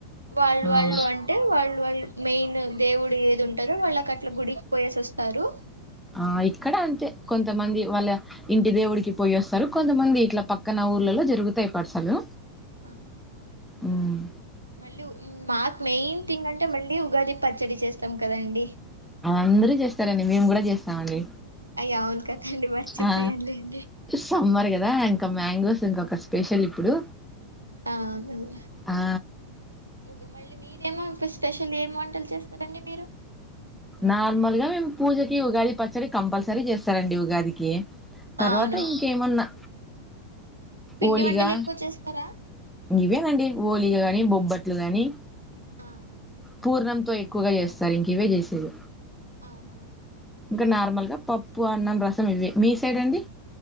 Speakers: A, on the right (about 85°); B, in the centre.
A: వాళ్ళు
B: ఆ
A: వాళ్ళు అంటే వాళ్ళు వాళ్ళు మెయిన్ దేవుడు ఏది ఉంటందో వాళ్ళకి అట్లా గుడికి పోయేసి వస్తారు
B: ఆ ఇక్కడ అంతే కొంతమంది వాళ్ళ ఇంటి దేవుడికి పోయి వస్తారు కొంతమంది ఇట్లా పక్కన ఊర్లలో జరుగుతాయి పర్సాలు
A: ఉమ్
B: ఉమ్
A: మళ్ళీ మాకు మెయిన్ థింగ్ అంటే మళ్ళీ ఉగాది పచ్చడి చేస్తాం కదండి
B: అందరూ చేస్తారండి. మేము కూడా చేస్తామ్ అండి
A: అయ్య అవును కదండి మర్చిపోయానులేండి
B: ఆ సమ్మర్ కదా ఇంకా మ్యాంగోస్ ఇంకొక స్పెషల్ ఇప్పుడు
A: అ అవును అవునులే
B: ఆ!
A: ఇంగ మళ్ళీ మీరేమో స్పె స్పెషల్ ఏం వం టలు చేస్తారండి మీరు
B: నార్మల్ గా మేము పూజకి ఉగాది పచ్చడి కంపల్సరీ చేస్తారండి ఉగాదికి తర్వాత
A: ఆ అవును
B: ఇంకేమన్నా
A: పిండి
B: ఓలిగా
A: వంటలు ఎక్కువ చేస్తారా
B: ఇవేనండి ఓలిగ గాని బొబ్ బట్లు గాని
A: ఆ
B: పూర్ణం తో ఎక్కువగా చేస్తారు ఇంక ఇవే చేసేది
A: అవునా
B: ఇంకా నార్మల్గా పప్పు అన్నం రసం ఇవే మీ సైడ్ అండి